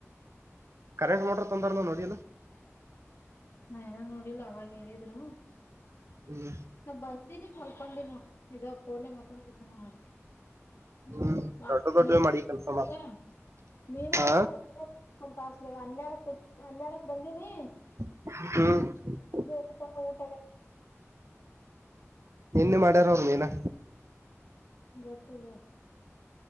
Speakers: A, on the right (about 65°); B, on the left (about 55°).
A: ಕರೆಂಟ್ ಮೋಟರ್ ತಂದಾರಲ್ಲ ನೋಡಿ ಇಲ್ಲೋ
B: ನಾ ಇನ ನೋಡಿಲ್ಲ ಅವಾಗೆ ಹೇಳಿದ್ರು
A: ಹ್ಮ್
B: ನಾ ಬಂದಿನಿ ಮಲ್ಕೊಂಡಿನ ನೋ ಇದ ಪೋನ್ಯಾಗ್ ಮಾತಾಡಕತಿನ್ ನೋಡ್ <unintelligible>
A: ಹ್ಮ್ ದೊಡ್ಡ ದೊಡ್ಡ ಮಾಡಿ ಕೆಲ್ಸ ಮಾಡ
B: ಮೀನಾ
A: ಹಾ
B: <unintelligible> ತಾಸ್ಬೇಕ ಹನ್ನಡತ್ ಹನ್ನಡಕ್ ಬಂದೀನಿ
A: ಹ್ಮ್
B: ಬೋಯಿತಪ್ಪ ಊಟ ಆಗೇದ್
A: ನಿನ್ನೆ ಮಾಡ್ಯಾರ ಅವ್ರ ಮೀನಾ
B: ಗೊತ್ತದೆಳ